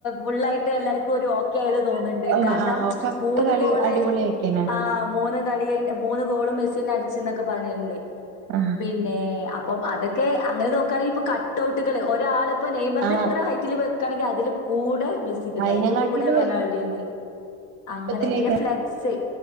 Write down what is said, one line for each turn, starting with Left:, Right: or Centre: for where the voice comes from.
Left: ഫുള്ളായിട്ട് എല്ലർക്കും ഒരു എനിക്ക് അത്
Right: ആഹ്
Left: തോന്നുന്നുണ്ട് കാരണം
Right: ആഹ് ആഹ് ഫസ്റ്റ്ത്തെ
Left: മൂന്നു
Right: കളി
Left: ഗോള്
Right: അടിപൊളിയാക്കിയനെ
Left: ആ മൂന്ന് ള മൂന്ന് ഗോളും മെസ്സിതനെ അടിച്ചന്നൊക്കെ പറഞ്ഞിണ്ട്
Right: ആഹ്
Left: പിന്നെ പിന്നെ അപ്പം അതൊക്കെ അങ്ങനെ നോക്കാണെങ്കിൽ ഇപ്പൊ കട്ട്ഔട്ടുകള് ഒരാള് ഇപ്പൊ നെയ്മറിന്റെ
Right: ആഹ്
Left: എത്ര ഹൈറ്റിൽ വെക്കാണെങ്കിൽ അതില് കൂടെ മെസ്സിൻ്റെ
Right: അയിനെക്കാട്ടിലും
Left: അതിന്റെ കൂടെ റൊണാൾഡോന്റെ
Right: വലുപ്പത്തിലേക്കാ
Left: അങ്ങനെ പിന്നെ ഫ്ലെക്സ്